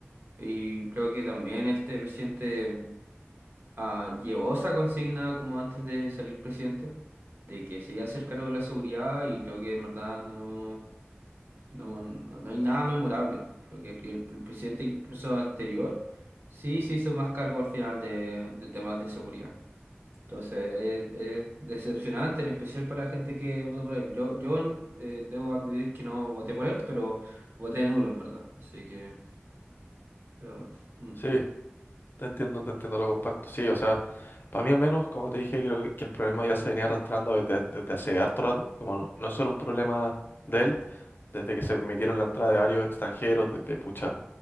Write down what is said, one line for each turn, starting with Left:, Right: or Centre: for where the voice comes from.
Right: Y creo que también este presidente ah, llevó esa consigna como antes de salir presidente, de que se iba a hacer cargo de la seguridad y creo que en verdad no, no, no, no hay nada memorable. Creo que el, el presidente incluso anterior sí se hizo más cargo al final de, de temas de seguridad. Entonces es, es decepcionante, en especial para gente que votó por él. Yo, yo eh, debo admitir que no voté por él, pero voté nulo en verdad. Así que... pero, mm,
Left: sí, te entiendo, te entiendo, lo comparto. Sí, o sea, para mí al menos, como te dije, creo que que el problema ya se venía arrastrando desde, desde hace harto rato. Como no, no es solo un problema de él, desde que se permitieron la entrada de varios extranjeros, desde pucha,